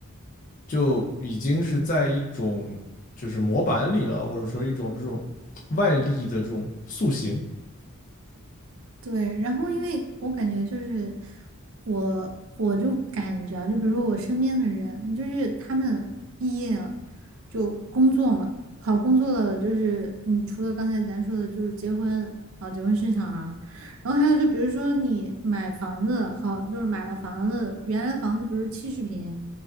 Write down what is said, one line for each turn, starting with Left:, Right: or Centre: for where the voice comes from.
Left: 就已经是在一种就是模板里了，或者说一种这种外力的这种塑形。
Right: 对，然后因为我感觉就是我，我就感觉啊，就比如说我身边的人，就是他们毕业了就工作嘛，好工作了，就是嗯，除了刚才咱说的，就是结婚啊，结婚生小孩儿然后还有就比如说你买房子，好，就是买了房子，原来房子比如七十平，